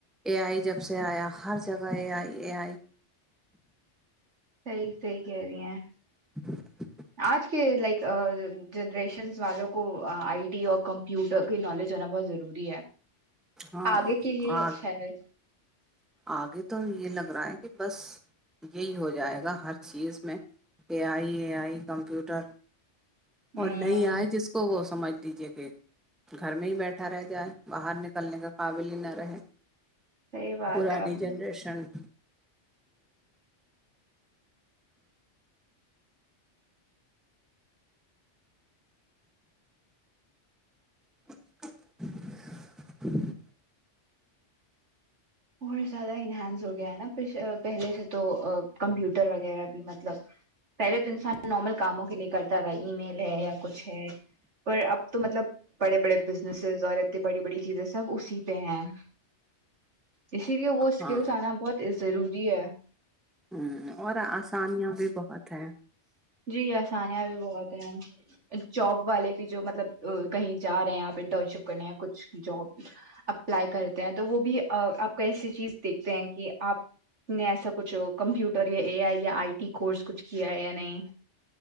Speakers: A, in the centre; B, on the right (about 70°).
A: اے آئی جب سے آیا ہر جگہ اے آئی اے آئی
B: صحیح صحیح کہہ رہی ہیں
A: <inaudible>
B: آج کے لائک جنریشنس والوں کو آئی ٹی اور کمپیوٹر کی نالج ہونا بہت ضروری
A: ہاں
B: آگے کے لیے ہی
A: آ
B: اچھا ہے
A: آگے تو یہ لگ رہا ہے کہ بس یہی ہو جائے گا ہر چیز میں اے آئی اے آئی کمپیوٹر
B: ہمم
A: اور نہیں آئے جس کو وہ سمجھ لیجیے کہ گھر میں ہی بیٹھا رہ جائے باہر نکلنے کے قابل ہی نہ رہیں
B: صحیح بات
A: پرانی
B: ہے اب
A: جنریشن <inaudible>
B: اور زیادہ انہانس ہو گیا ہیں نا پہلے سے تو کمپیوٹر وغیرہ بھی مطلب پہلے تو انسان نارمل کاموں کے لیے کرتا تھا ای میل ہیں یا کچھ ہے پر اب تو مطلب بڑے بڑے بزنسز اور اتنی بڑی بڑی چیزیں سب اسی پہ ہیں تو اسی لیے وہ سکلز
A: ہاں
B: انا بہت ضروری ہیں
A: ہوں اور اسانیاں بھی بہت ہیں
B: جی اسانیہ بھی بہت ہیں جاب والے بھی جو مطلب کہیں جا رہے ہیں اپ انٹرن شپ کرنے کچھ جاب اپلائی کرتے ہیں تو وہ بھی اپ کو ایسی چیز دیکھتے ہیں کہ اپ نے ایسا کچھ کمپیوٹر یا اے ائی یا ائی ٹی کورس کچھ کیا ہے یا نہیں